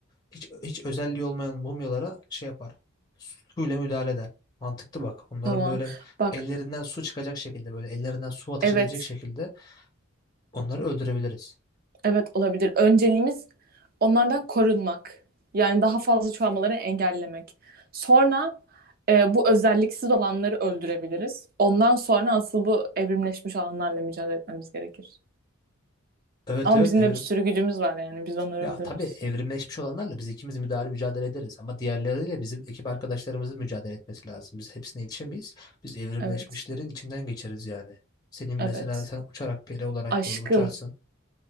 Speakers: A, on the left; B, on the right.
A: Hiç, hiç özelliği olmayan mumyalara şey yapar. Suyla müdahale eder. Mantıklı bak. Onların
B: Tamam.
A: böyle
B: Bak,
A: ellerinden su çıkacak şekilde böyle ellerinden su ateş
B: evet.
A: edecek şekilde onları öldürebiliriz.
B: Evet olabilir. Önceliğimiz onlardan korunmak. Yani daha fazla çoğalmaları engellemek. Sonra e, bu özelliksiz olanları öldürebiliriz. Ondan sonra asıl bu evrimleşmiş olanlarla mücadele etmemiz gerekir.
A: Evet
B: Ama
A: evet
B: bizim
A: Evrim
B: de bir sürü gücümüz var yani. Biz onları
A: Ya
B: öldürürüz.
A: tabii evrimleşmiş olanlarla biz ikimiz müdahale mücadele ederiz ama diğerleriyle bizim ekip arkadaşlarımızın mücadele etmesi lazım. Biz hepsine yetişemeyiz. Biz evrimleşmişlerin
B: Evet.
A: içinden geçeriz yani. Senin mesela
B: Evet.
A: sen uçarak peri olarak
B: Aşkım.
A: böyle uçarsın.